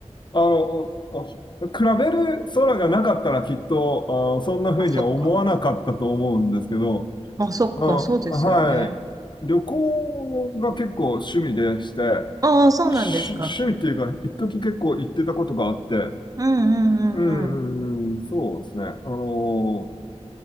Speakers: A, on the left (about 45°); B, on the right (about 30°).
A: あの、あ比べる空がなかったらきっと、あのそんな風には思わなかったと思うんですけど、
B: あ、そっか。あ、そっか、
A: あの、
B: そうですよね。
A: はい。旅行が結構趣味でして、
B: ああー、そうなんですか。
A: し趣味っていうか、一時結構行ってたことがあって、
B: うんうんうんうん。
A: うん、うんそうですね。あの、